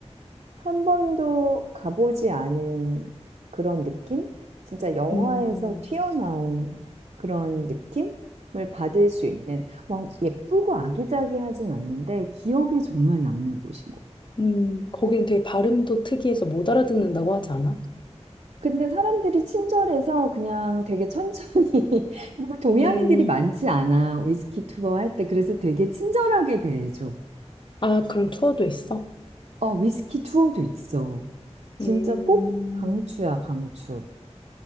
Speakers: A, on the right; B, on the left.
A: 한 번도 가보지 않은 그런 느낌? 진짜 영화에서
B: 음,
A: 튀어나온 그런 느낌을 받을 수 있는 막 예쁘고 아기자기하진 않는데 기억에 정말 남는 곳인 것 같아요.
B: 음, 거기는 되게 발음도 특이해서 못 알아듣는다고 하지 않아?
A: 근데 사람들이 친절해서 그냥 되게 천천히, <laughs> 그리고 동양인들이
B: 음,
A: 많지 않아. 위스키 투어 할 때. 그래서 되게 친절하게 대해줘.
B: 아, 그런 투어도 있어?
A: 어, 위스키 투어도 있어. 진짜
B: 음,
A: 꼭 강추야, 강추.